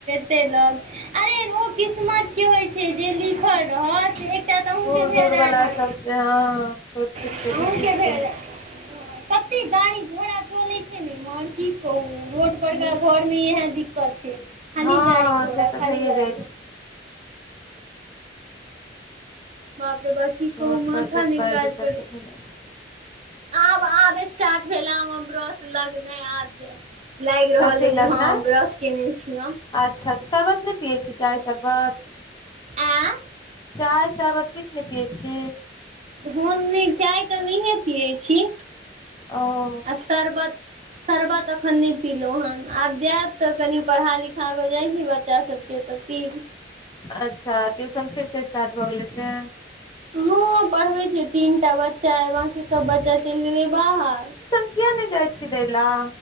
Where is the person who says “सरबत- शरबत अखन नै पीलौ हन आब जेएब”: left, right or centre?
Right